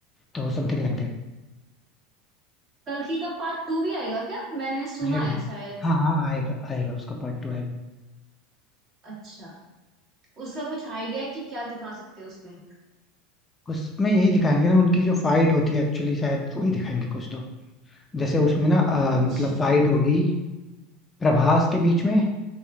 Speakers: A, on the left; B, on the right.
A: तो समथिंग लाइक दैट
B: कल्कि का पार्ट टू भी आएगा क्या मैंने सुना
A: आएगा
B: है शायद
A: हाँ हाँ आएगा आएगा उसका पार्ट टू आएगा
B: अच्छा उसका कुछ आइडिया है कि क्या दिखा सकते हैं उसमें
A: उसमें यही दिखाएंगे ना उनकी जो फाइट होती है एक्चुअली शायद वही दिखाएंगे कुछ तो जैसे उसमें ना अ,
B: अच्छा
A: मतलब फाइट होगी प्रभास के बीच में